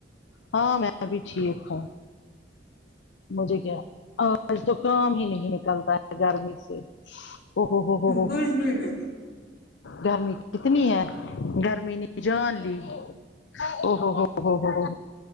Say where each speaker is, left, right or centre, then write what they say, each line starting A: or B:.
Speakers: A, on the left (about 75°); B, on the left (about 60°).
A: ہاں میں بھی ٹھیک ہوں مجھے کیا آج تو کام ہی نہیں نکلتا ہے گرمی سے ا ہو ہو ہو ہو
B: کچھ بھی نہیں
A: گرمی کتنی ہے گرمی نے جان لی ا ہو ہو ہو ہو ہو